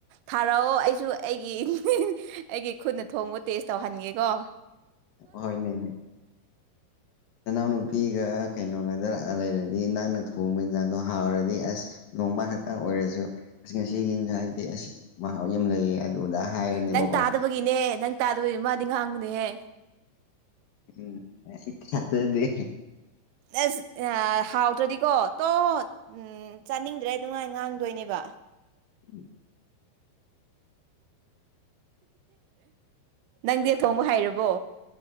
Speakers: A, on the right (about 85°); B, on the left (about 65°).
A: ꯊꯥꯔꯛꯑꯣ ꯑꯩꯁꯨ ꯑꯩꯒꯤ ꯑꯩꯒꯤ ꯈꯨꯠꯅ ꯊꯣꯡꯕ ꯇꯦꯁ ꯇꯧꯍꯟꯒꯦꯀꯣ
B: ꯍꯣꯅꯦ ꯅꯅꯥꯎꯅꯨꯄꯤꯒ ꯀꯩꯅꯣꯒꯗ ꯂꯛꯑ ꯂꯩꯔꯗꯤ ꯅꯪꯅ ꯊꯣꯡꯕ ꯏꯟꯁꯥꯡꯗꯣ ꯍꯥꯎꯔꯗꯤ ꯑꯁ ꯅꯣꯡꯃ ꯈꯛꯇꯪ ꯑꯣꯏꯔꯁꯨ ꯑ ꯉꯁꯤꯒꯤꯏꯟꯖꯥꯗꯤ ꯑꯁ ꯃꯍꯥꯎ ꯌꯥꯝ ꯂꯩꯌꯦ ꯑꯗꯨꯗ ꯍꯥꯏꯔꯅꯦꯕꯀꯣ
A: ꯅꯪ ꯇꯥꯗꯕꯒꯤꯅꯦ ꯅꯪ ꯇꯥꯗꯕꯒꯤꯅꯦ ꯃꯥꯗꯤ ꯉꯥꯡꯕꯅꯦꯍꯦ
B: ꯎꯝ ꯈꯟꯗ꯭ꯔꯗꯤ
A: ꯑꯦꯁ ꯍꯥꯎ ꯇꯗꯤꯀꯣ ꯇꯣ ꯎꯝ ꯆꯥꯅꯤꯡꯗ꯭ꯔꯦ ꯅꯨꯡꯉꯥꯏ ꯉꯥꯡꯗꯣꯏꯅꯦꯕ
B: ꯎꯝ
A: ꯅꯪꯗꯤ ꯑ ꯊꯣꯡꯕ ꯍꯩꯏꯔꯕꯣ